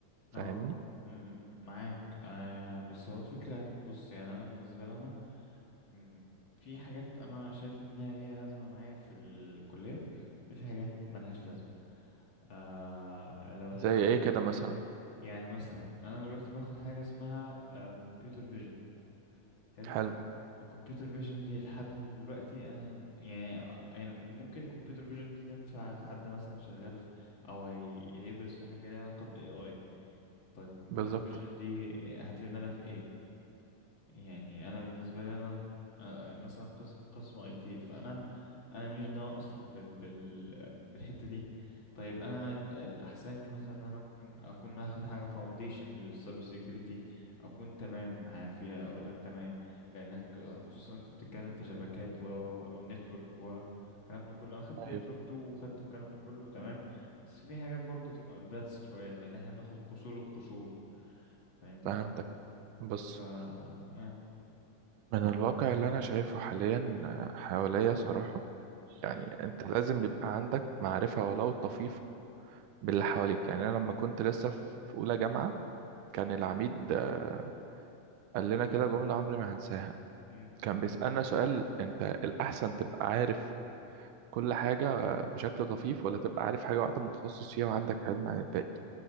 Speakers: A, on the right (about 80°); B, on the left (about 40°).
A: فاهمني
B: اه مم. مم. معاك آه بس هو الفكرة بص يعني انا بالنسبة لي انا مم، في حاجات انا شايف انها ليها لازمة معايا في الكلية وفي حاجات ملهاش لازمة آه لو الحاجات
A: زي ايه كده مثلا
B: يعني مثلا انا دلوقتي باخد حاجه اسمها كمبيوتر فيجن حلو
A: حلو
B: الكمبيوتر فيجن دي لحد دلوقتي انا يعني, يعني ممكن الكمبيوتر فيجن دي تنفع لحد مثلا شغال في او هي- هيدرس في حاجه ليها علاقه بالاي اي طيب الكمبيوتر
A: بالظبط
B: فيجن دي هتفيدنا في ايه يعني انا بالنسبه لي انا آه، مثلا قسم قسم اي تي فانا انا مش ده اصلا بال بال بالحته دي طيب انا ال- الاحسن لي مثلا ان انا ممكن اكون اخد حاجه فاونديشن للسايبر سيكيورتي اكون تمام معايا فيها اقول لك تمام لانك خصوصا انت بتتكلم في شبكات و او نتورك و الكلام ده كله انا خدت
A: ايوه
B: نتورك 2 وخدت الكلام ده كله تمام بس في حاجات برضه تبقى ادفانسد شويه لان احنا بناخد قشور القشور فاهمني
A: فهمتك بص
B: ف يعني
A: من الواقع اللي انا شايفه حاليا آه، حواليا صراحة
B: مم.
A: يعني انت لازم يبقى عندك معرفة ولو طفيفة باللي
B: مم.
A: حواليك يعني انا لما كنت لسه في في اولى جامعه كان العميد آه، قال لنا كده جمله عمري ما هنساها
B: مم.
A: كان بيسالنا سؤال انت الاحسن تبقى عارف كل حاجه آه، بشكل طفيف ولا تبقى عارف حاجه واحده متخصص فيها وعندك علم عن الباقي